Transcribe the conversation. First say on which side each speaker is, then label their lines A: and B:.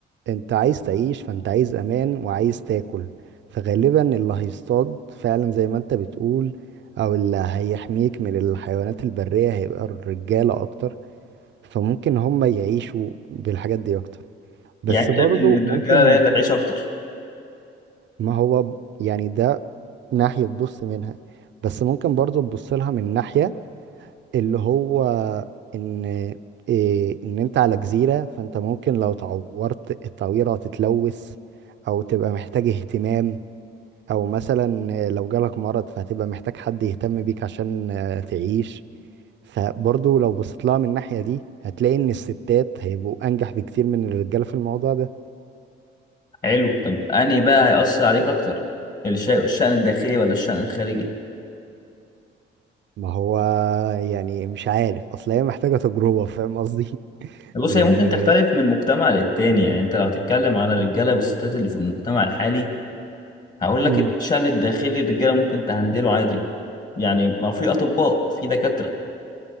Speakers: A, on the right; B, on the left.
A: انت عايز تعيش فانت عايز امان وعايز تاكل فغالبا اللي هيصطاد فعلا زي ما انت بتقول او اللي هيحميك من الحيوانات البرية هيبقى الرجالة اكتر فممكن هم يعيشوا بالحاجات دي اكتر بس
B: يعني أنت
A: برضو
B: شايف إن الرجالة
A: ممكن
B: هي اللي هتعيش أكتر
A: ما هو ب- يعني ده ناحية تبص منها بس ممكن برضو تبص لها من ناحية اللي هو ان إيه ان انت على جزيرة فانت ممكن لو تعورت التعويرة هتتلوث او تبقى محتاج اهتمام او مثلا لو جالك مرض فهتبقى محتاج حد يهتم بيك عشان آه، تعيش فبرضو لو بصيت لها من الناحية دي هتلاقي ان الستات هيبقوا انجح بكتير من الرجالة في الموضوع ده
B: حلو طب أنهي بقى هيأثر عليك أكتر الشيء الشأن الداخلي ولا الشأن الخارجي؟
A: ما هو يعني مش عارف اصل هي محتاجة تجربة فاهم قصدي
B: بص
A: لان
B: هي ممكن تختلف من مجتمع للتاني يعني انت لو هتتكلم على الرجاله والستات اللي في المجتمع الحالي هقول لك
A: امم
B: ان الشأن الداخلي الرجاله ممكن تهندله عادي يعني ما هو في اطباء في دكاتره